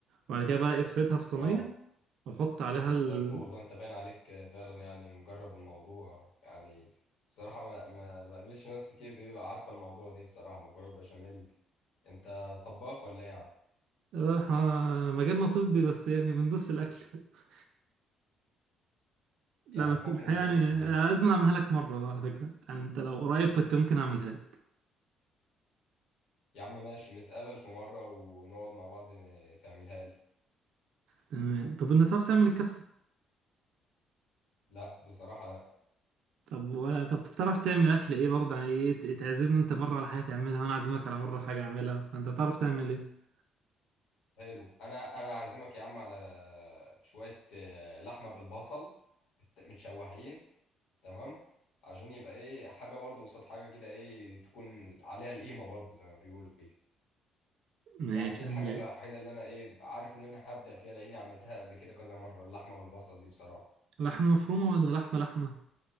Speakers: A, on the right; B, on the left.
A: وبعد كده بقى افردها في صينية
B: واو
A: واحط عليها
B: احسنت
A: ال
B: والله انت باين عليك فعلا يعني مجرب الموضوع يعني بصراحه ما, ما بقابلش ناس كتير بيبقى عارفه الموضوع ده بصراحه مكرونه البشاميل انت طباخ ولا ايه يا عم
A: آه، إحنا مجالنا طبي بس يعني بندوس في الاكل <laughs> لا
B: يعني
A: بس
B: بحكم
A: الحقيقه
B: الظروف
A: يعني
B: وكده
A: لازم اعملها لك مره بقى على فكره يعني انت لو قريب كنت ممكن اعملها لك
B: يا عم ماشي نتقابل في مره ونقعد مع بعض ن- تعملها لي
A: تمام طب انت بتعرف تعمل الكبسه
B: لا بصراحه لا
A: طب و... طب بتعرف تعمل اكل ايه برضه يعني ايه ت- تعزمني انت مره على حاجه تعملها وانا اعزمك على مره حاجه اعملها فانت تعرف تعمل ايه
B: حلو انا انا عازمك يا عم على شويه آه، لحمه بالبصل بت- متشوحين تمام عشان يبقى ايه حاجه برضو قصاد حاجه كده ايه تكون عليها القيمه برضو زي ما بيقولوا كده
A: ماشي
B: دي يعني دي الحاجه
A: يعني
B: الوحيده اللي انا ايه عارف ان انا هبدع فيها لاني عملتها قبل كده كذا مره اللحمه بالبصل دي بصراحه
A: لحمه مفرومه ولا لحمه لحمه